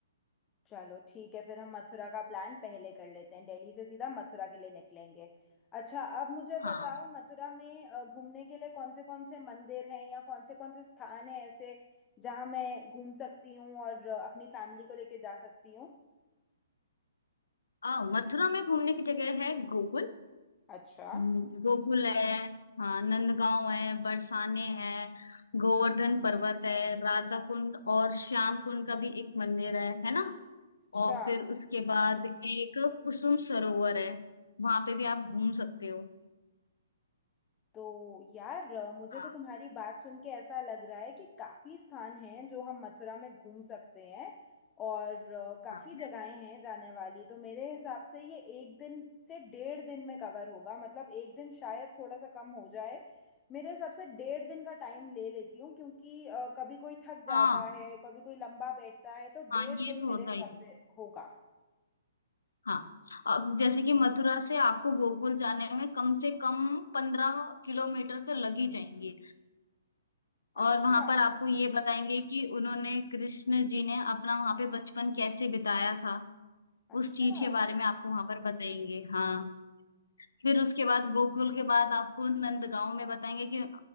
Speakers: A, on the left; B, on the left.
A: चलो ठीक है फिर हम मथुरा का प्लान पहले कर लेते हैं दिल्ली से सीधा मथुरा के लिए निकलेंगे अच्छा अब मुझे
B: हाँ
A: बताओ मथुरा में अ, घूमने के लिए कौन से कौन से मंदिर हैं या कौन से कौन से स्थान हैं ऐसे जहां मैं घूम सकती हूँ और अ, अपनी फैमिली को लेके जा सकती हूँ
B: आ, मथुरा में घूमने की जगह है गोकुल
A: अच्छा
B: हम्म, गोकुल है हाँ नंदगांव है बरसाने है गोवर्धन पर्वत है राधा कुंड और श्याम कुंड का भी एक मंदिर है है ना
A: अच्छा
B: और फिर उसके बाद एक कुसुम सरोवर है वहां पे भी आप घूम सकते हो
A: तो यार अ, मुझे
B: हाँ
A: तो तुम्हारी बात सुन के ऐसा लग रहा है कि काफी स्थान हैं जो हम मथुरा में घूम सकते हैं और अ, काफी
B: हाँ
A: जगहें हैं जाने वाली तो मेरे हिसाब से ये एक दिन से डेढ़ दिन में कवर होगा मतलब एक दिन शायद थोड़ा सा कम हो जाए मेरे हिसाब से डेढ़ दिन का टाइम ले लेती हूँ क्योंकि अ, कभी कोई थक जाता
B: हाँ
A: है कभी कोई लंबा बैठता है तो
B: हाँ
A: डेढ़
B: ये
A: दिन
B: तो
A: मेरे
B: होता
A: हिसाब
B: ही है।
A: से होगा
B: हाँ अब जैसे कि मथुरा से आपको गोकुल जाने में कम से कम पंद्रह किलोमीटर तो लग ही जाएंगे
A: अच्छा
B: और वहां पर आपको ये बताएंगे कि उन्होंने कृष्ण जी ने अपना वहां पे बचपन कैसे बिताया था
A: अच्छा
B: उस चीज के बारे में आपको वहां पर बताएंगे हाँ फिर उसके बाद गोकुल के बाद आपको नंदगांव में बताएंगे कि